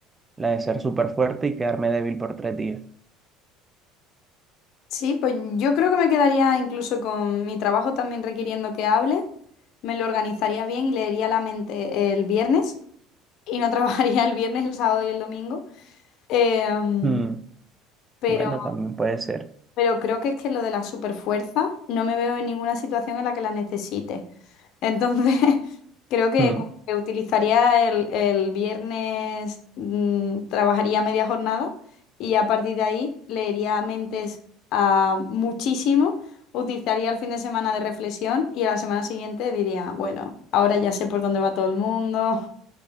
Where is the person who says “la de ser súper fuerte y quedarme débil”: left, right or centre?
Right